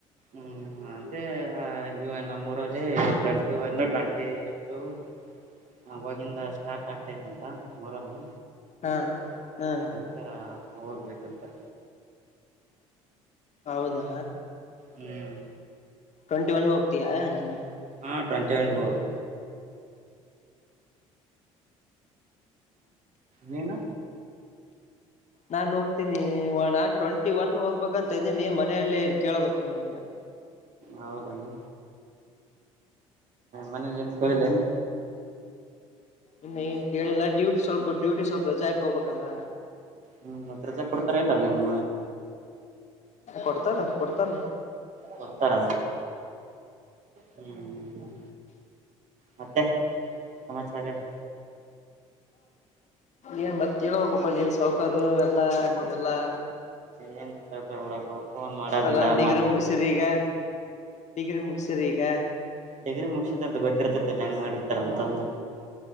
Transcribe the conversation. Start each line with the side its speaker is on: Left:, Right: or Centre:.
Right: ಹ್ಮ್ ಅಂದ್ರೆ ನಮ್ಮ್ ಊರಲ್ಲಿ ಟ್ವೆಂಟಿ ಒನ್ ಟ್ವೆಂಟಿ ಟು ಹ ಅವಾಗಿಂದ ಸ್ಟಾರ್ಟ್ ಆಗ್ತೈತ್ತುಂತಾ ಮೊಹರಮೂ
Left: ಹಾ ಹಾ
Right: <unintelligible> ಈಗ ಹೋಗ್ಬೇಕಂತ
Left: ಹೌದಾ
Right: ಹ್ಮ್
Left: ಟ್ವೆಂಟಿ ಒನ್ ಹೋಗತಿಯಾನ್ನ
Right: ಹಾಂಟ್ವೆಂಟಿನ್ ಒನ್ ಹೋಗೋ ನೀನು
Left: ನಾನ್ ಹೋಗ್ತೀನಿ ನಾನ್ ಟ್ವೆಂಟಿ ಒನ್ ಹೋಗ್ಬೇಕಂತ ಇದ್ದೀನಿ ಮನೆಯಲ್ಲಿ ಕೇಳಬೇಕಿ ನ
Right: ಹೌದನು ಮನೆಲ್ಲಿ ಕೇಳಲ್ಲನು
Left: ಇನ್ನು ಏನ್ ಕೇಳಿಲ್ಲ ಡ್ಯೂಟಿ ಸ್ವಲ್ಪ ಡ್ಯೂಟಿ ಸ್ವಲ್ಪ ರಜಾ ಹಾಕಿ ಹೋಗ್ಬೇಕಲ್ಲ
Right: ಹ್ಮ್ ಮತ್ರ ರಜಾ ಕೊಡ್ತಾರ ಇಲ್ಲ ನಿಮ್ಮ
Left: ಕೊಡ್ತಾರ ಕೊಡ್ತಾರ
Right: ಕೊಡ್ತಾರಾ ಹ್ಮ್ ಹ್ಮ್ ಹ್ಮ್ ಮತ್ತೆ ಸಮಾಚಾರ ಎನ್
Left: ಏನ್ ಮತ್ತ ಹೇಳಬೇಕಪ್ ನೀವು ಸೌಕಾರು ಎಲ್ಲಾ ದೆಲ್ಲಾ
Right: ಏನ್ ಓಡಪ್ಪ ಫೋನ್ ಮಾಡೋದಿಲ್ಲ
Left: ಆರಾಮ ಡೀಗ್ರಿ
Right: ಮಾತಾ
Left: ಮುಗಸ್ರಿ ಈಗ ಡಿಗ್ರಿ ಮುಗಿಸಿರಿ ಈಗ
Right: ಡಿಗ್ರಿ ಮುಗಸಿದ ಅಂತದು ಗೊರ್ತೈತಿಲ್ಲ ಹೆಂಗ ಮಾಡಿರ್ತಾರ ಅಂತಂದಂದು